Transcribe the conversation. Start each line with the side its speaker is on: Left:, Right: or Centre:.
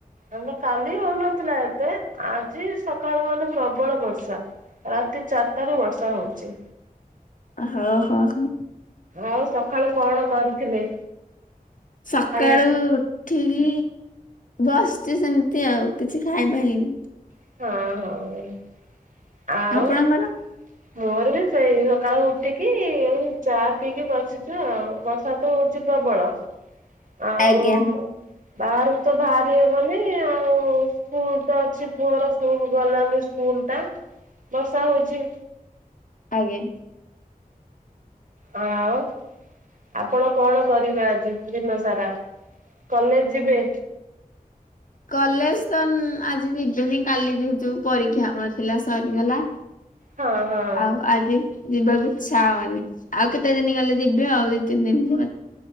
Right: ଆମର କାଲି ହଉନଥିଲା ଏତେ ଆଜି ସଖାଳୁ ମାନେ ପ୍ରବଳ ବର୍ଷା। ରାତି ଚାରଟା ରୁ ବର୍ଷା ହଉଚି।
Left: ହଉ ହଉ ହଁ।
Right: ଆଉ ସଖାଳୁ କଣ କରିଥିଲେ?
Left: ସକାଳୁ
Right: ଖାଇବା
Left: ଉ ଉ ଠିକି ବସଚି ସେମତି ଆଉ କିଛି ଖାଇବା ହେଇନି।
Right: ହଁ ହଁ ଅ
Left: ଆପଣଙ୍କର?
Right: ଆଉ। ମୋର ବି ସେଇ ସଖାଳୁ ଉଠିକି ଏଇ ଚା ପିଇକି ବସିଚୁ ଆଉ ବର୍ଷା ଶୀତ ହଉଚି ପ୍ରବଳ ଆଉ
Left: ଆଜ୍ଞା
Right: ବାହାରୁକୁ ତ ଭାଆରି ହବନି ଆଉ ସ୍କୁଲ ତ ଅଛି ପୁଅର ସ୍କୁଲ ଗଲାନି ସ୍କୁଲଟା ବର୍ଷା ହଉଚି।
Left: ଆଜ୍ଞା।
Right: ହଁ ଆଉ ଆପଣ କଣ କରିବେ ଆଜି ଦିନ ସାରା କଲେଜ ଯିବେ।
Left: କଲେଜ ତ ଆଜି ଯିବିନି କାଲି ଯିବି ଯେହେତୁ ପରୀକ୍ଷା ହଉ ଥିଲା ସରିଗଲା।
Right: ହଁ ହଁ
Left: ଆଉ ଆଜି ଯିବାକୁ ଇଛା ହଉନି ଆଉ କେତେ ଦିନ ଗଲେ ଯିବି ଆଉ ଦି ତିନି ଦିନ